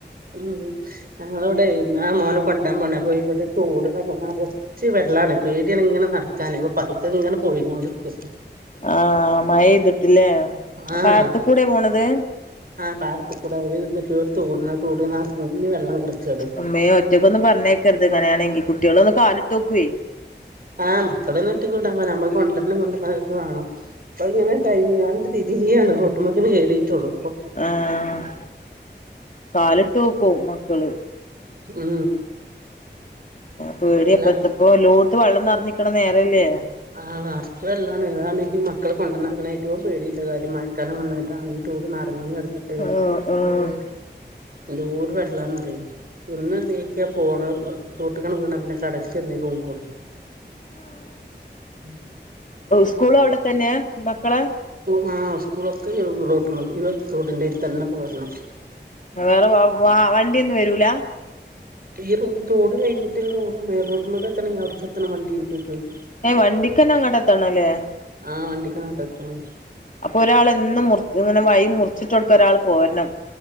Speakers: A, on the right; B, on the left.
A: ഉം ഞങ്ങളവടെ ഇങ്ങളെ മോനെ കൊണ്ടോവാൻ പോണ് അപ്പൊ ഇവിടെ തൂട് തങ്ങ മാറ് ച്ച് വെള്ളാണ് പേടിയാണ് ഇങ്ങനെ നടക്കാനെ അപ്പൊ പതുക്കെ ഇങ്ങനെ പോയി കൊണ്ട്ക്ക.
B: ആഹ് മഴയ്തിട്ട്ല്ലേ
A: ആഹ്
B: പാടത്ത് കൂടേ പോണത്?
A: ആഹ് പാടത്ത് കൂടെ <unintelligible> തോടുണ്ട് ആഹ് ന്നർഞ്ഞ് വെള്ളം കടക്കാണ്.
B: ഇമ്മേ ഒറ്റയ്ക്കൊന്നു പറഞ്ഞേക്കരുത് ഇങ്ങനെയാണെങ്കി കുട്ടികളൊന്ന് കാലെട്ത്ത്ക്കുവേ.
A: ആഹ് മക്കള് <unintelligible> അതക്കെ വാണം അപ്പ അഹ് ഇങ്ങനെ കഴിഞ്ഞ്ക്കാണ്ട് തി ഇനിയാണ് റോട്ടുമേക്കണ്ട് കേറീട്ടൊള്ളു.
B: ആഹ് കാലിട്ട് നോക്കും മക്കള്
A: ഉം
B: പേടിയപ്പഴ്ത്തപ്പോ
A: ഇതല
B: <unintelligible> വെള്ളം നിറഞ്ഞിക്കണ നേരല്ലേ
A: ആഹ് നിറച്ച് വെള്ളാണ് ഇതാണ് ഇ മക്കൾ കൊണ്ടന്നാക്കണ ഏറ്റവും പേടിയിള്ള കാര്യം മയക്കാലം വന്നതാണ് തോട് നറഞ്ഞടന്ന് ഉം
B: ആഹ് ആഹ്
A: എന്ത്‌ എന്തോര് വെള്ളാന്നറിയൊ ഒന്ന് തേക്കിയ പോണെ തോട്ടുകെണം വീണാ പിന്നെ കടൽ ചെന്നേ പൊങ്ങ്കൊളു
B: ആഹ്
A: ഉം
B: സ്കൂള് അവിടെത്തന്നെയാ മക്കള്
A: ള്ളൂ ആഹ് സ്കൂളൊക്കെ <unintelligible> തോട്ടിന്റേരി തന്നെ പോരണം
B: വേറെ വ വ വണ്ടിയൊന്നും വരൂല
A: ഈ റോ തോട് കഴിഞ്ഞിട്ട് റോട് മേലോട്ട്മെക്കെത്തണം അവിടെ എത്തണം വണ്ടി <unintelligible>
B: ഏ വണ്ടിക്കന്നെ അങ്ങട്ട് എത്തണം അല്ലേ
A: ആഹ് വണ്ടിക്കങ്ങട്ട് എത്തണം
B: അപ്പൊ ഒരാൾ എന്നും മുറി ഇങ്ങനെ വഴിമുറിച്ചിട്ട് കൊടുക്ക ഒരാൾ പോരണം